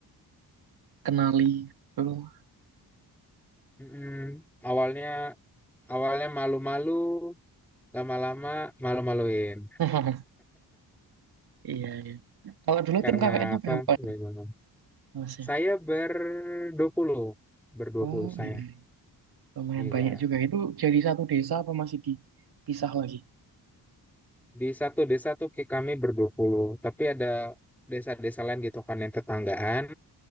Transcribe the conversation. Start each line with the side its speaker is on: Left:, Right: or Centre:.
Right: kenali. Betul.
Centre: Mm-mm. awalnya awalnya malu-malu lama-lama malu-maluin
Right: <laughs> Iya, iya. Kalau dulu
Centre: karena
Right: tim KKN-nya
Centre: apa
Right: berapa orang,
Centre: bagaimana
Right: Mas ya?
Centre: saya berdua puluh berdua
Right: Oh
Centre: puluh saya
Right: iya, iya. lumayan
Centre: iya
Right: banyak juga. Itu jadi satu desa apa masih dipisah lagi?
Centre: di satu desa tuh kayak kami berdua puluh tapi ada desa-desa lain gitu kan yang tetanggaan